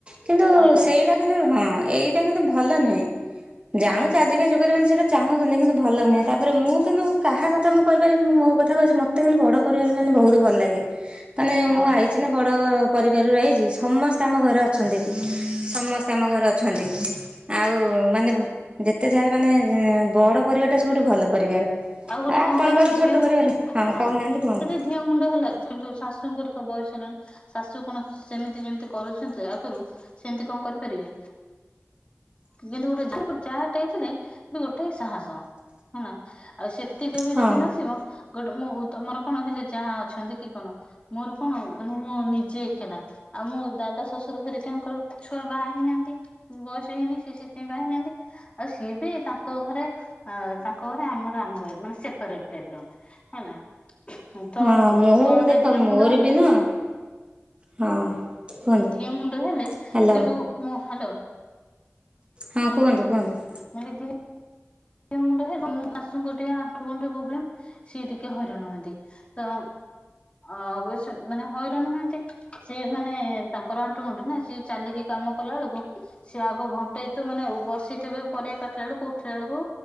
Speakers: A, on the right; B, on the left.
A: କିନ୍ତୁ
B: ଅଲଗା
A: ସେଇଟା କିନ୍ତୁ ହଁ ଏଇଟା କିନ୍ତୁ ଭଲ ନୁହେଁ, ଜାଣୁଚେ
B: ହୁଁ
A: ଆଜି ଯୁଗରେ ମାନେ ସେଟା ଚାହୁଁଚନ୍ତି କିନ୍ତୁ ଭଲ ନୁହେଁ, ତାପରେ ମୁଁ କିନ୍ତୁ କାହା କଥା ମୁଁ କହିପାରିବିନି ମୁଁ ମୋ କଥା କହୁଚି ମ ମତେ କିନ୍ତୁ ବଡ ପରିବାର ମାନେ ବହୁତୁ ଭଲ୍ ଲାଗେ, ମାନେ
B: ହଁ
A: ମୁଁ ଆଇଚି ନା ବଡ ପରିବାରରୁ ଆଇଚି, ସମସ୍ତେ ଆମ ଘରେ ଅଛନ୍ତି ବି ସମସ୍ତେ ଆମ ଘରେ ଅଛନ୍ତି। ଆଉ ମାନେ ଯେତେ ଯାହାଲେ ମାନେ ବଡ ପରିବାରଟା ସବୁଠୁ ଭଲ ପରିବାର,
B: ଗୋଟେ
A: ଆଉ ଆପଣଙ୍କର
B: କଣ କହିଲ
A: ତ
B: ଧିଅ
A: ଛୋଟ ପରିବାର।
B: ହଁ
A: କହୁନାହାନ୍ତି କୁହନ୍ତୁ
B: ସେଠି ଦିହ ମୁଣ୍ଡ ହେଲେ କିନ୍ତୁ ଶାଶୁଙ୍କର ତ ବୟସ ହେଲାଣି। ଶାଶୁ କଣ ସେମିତି ଯେମିତି କରୁଚନ୍ତି ଆଗରୁ ସେମିତି କଣ କରିପାରିବେ? କିନ୍ତୁ ଗୋଟେ ଯାଆଟେ ହେଇଥିଲେ କିନ୍ତୁ ଗୋଟେ ସାହସ। ହେଲା। ଆଉ ସେତିକି ବି
A: ହଁ।
B: ଯଦି ନଥିବ। ଗୋଟେ ମୁଁ ତମର କଣ ହେଲେ ଯାଆ ଅଛନ୍ତି କି କଣ? ମୋର କଣ ମାନେ ମୋ ନିଜେ ଏକେଲା। ଆଉ ମୋ ଦାଦା ଶ୍ୱଶୁର ଘରିକାଙ୍କର ଛୁଆ ବାହା ହେଇନାହାନ୍ତି। ବୟସ ହେଇନି ସିଏ ସେଥିପାଇଁ ବାହା ହେଇନାହାନ୍ତି। ଆଉ ସିଏ ବି ତାଙ୍କ ଘରେ ଅ ତା କରେ ଆମର ଆମ ଘରେ ମାନେ ସେପାରେଟ୍ ଟାଇପ୍ ର ହେଲା। ମୁଁ ତ
A: ହଁ ମୁଁ
B: କଣ
A: ଦେଖ
B: ଗୋଟେ ଦିହ
A: ମୋର
B: ମୁଣ୍ଡ ହେଲେ
A: ବି ନା ହଁ କୁହନ୍ତୁ।
B: ଦିହ ମୁଣ୍ଡ ହେଲେ
A: ହ୍ୟାଲୋ
B: ସେଠୁ ମୁଁ ହାଲୋ।
A: ହଁ କୁହନ୍ତୁ କୁହନ୍ତୁ।
B: ମାନେ ଦେ ଦିହ ମୁଣ୍ଡ ହେଲେ ମୋ ଶାଶୁଙ୍କର ଟିକିଏ ଆଣ୍ଠୁ ଗଣ୍ଠି ପ୍ରୋବ୍ଲେମ ସିଏ ଟିକିଏ ହଇରାଣହୁଅନ୍ତି। ତ ଅବଶ୍ୟ ମାନେ ହଇରାଣ ହୁଅନ୍ତି। ସିଏ ମାନେ ତାଙ୍କର ଆଣ୍ଠୁ ଗଣ୍ଠି ନା ସିଏ ଚାଲିକି କାମ କଲା ବେଳକୁ ସିଏ ଆଗ ଘଣ୍ଟେଇଥିବ ମାନେ ବସିଥିବେ ପରିବା କାଟିଲା ବେଳକୁ ଉଠିଲା ବେଳକୁ